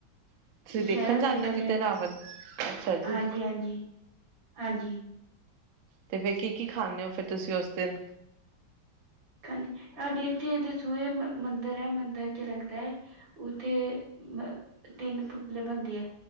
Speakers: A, on the right; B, on the right.
A: ਤੁਸੀਂ
B: ਦੁਸਹਿਰਾ ਵੀ
A: ਜਾਂਦੇ
B: ਦੇਖਣ
A: ਹੋ ਕਿਤੇ
B: ਜਾਇਦਾ,
A: ਰਾਵਣ ਅੱਛਾ ਜੀ
B: ਹਾਂਜੀ -ਹਾਂਜੀ- ਹਾਂਜੀ
A: ਤੇ ਫਿਰ ਕੀ ਕੀ ਖਾਂਦੇ ਹੋ, ਫਿਰ ਤੁਸੀਂ ਉਸ ਦਿਨ?
B: ਜੀ, ਸਾਡੇ ਇੱਥੇ ਸੂਹੇ ਮੰਦਿਰ ਹੈ, ਮੰਦਿਰ ਚ ਲੱਗਦਾ ਏ। ਉੱਥੇ ਅ, ਤਿੰਨ ਪੁਤਲੇ ਬਣਦੇ ਐ।